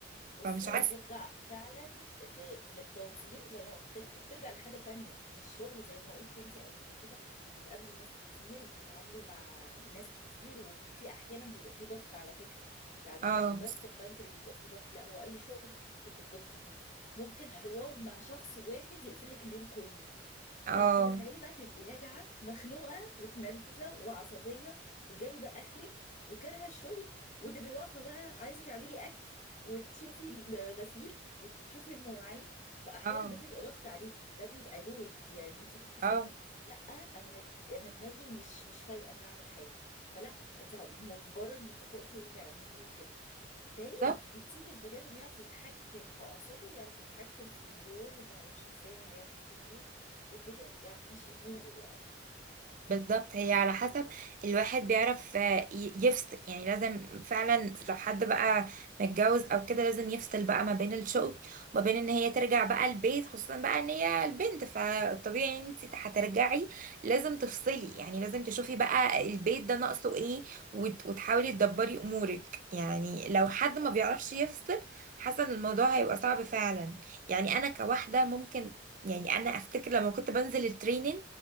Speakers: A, on the left; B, on the right.
A: بصي
B: فمش
A: هي
B: عارفه
A: ترجع فعلا ل- للتنظيم زي ما قلت لك وبترجع لحاجه تانية انت الشغل زي ما قلت انت قبل كده بتقابلي ناس كتير وبتتعاملي مع ناس كتير وفي احيانا بيبقى في ضغط على فكره يعني
B: اه
A: مش بس البنك اللي بيبقى فيه ضغط لا هو اي شغل ممكن تضغطي فيه ممكن حوار مع شخص واحد يقفل لك اليوم كله
B: اه
A: فانت تخيلي بقى تبقي راجعه مخنوقه متنرفزه وعصبيه وجايبه اخرك وكارهه الشغل وتبقي واقفه بقى عايزه تعملي اكل وتشوفي الغسيل وتشوفي المواعين فاحيانا
B: اه
A: ده بيبقى ضغط عليكي ده بيبقى لود يعني انت بتحسي
B: اه
A: ان لا انا انا دماغي مش مش فايقه ان اعمل حاجه فلا انت مجبره انك هتقفي وتعملي وكده
B: بالظبط
A: فهي بتيجي البني ادم يعرف يتحكم في اعصابه ويعرف يتحكم في اليوم ان هيمشي ازاي وهيعمل فيه ايه وكده يعرف يمشي اموره يعني
B: بالظبط هي على حسب الواحد بيعرف آه، ي- يفصل يعني لازم فعلا لو حد بقى متجوز او كده لازم يفصل بقى ما بين الشغل وما بين ان هي ترجع بقى البيت خصوصا بقى ان هي البنت فالطبيعي ان انت هترجعي لازم تفصلي يعني لازم تشوفي بقى البيت ده ناقصه ايه وت- وتحاولي تدبري امورك يعني لو حد
A: صح
B: ما بيعرفش يفصل حاسه ان الموضوع هيبقى صعب فعلا يعني انا كواحده ممكن يعني انا افتكر لما كنت بنزل التريننج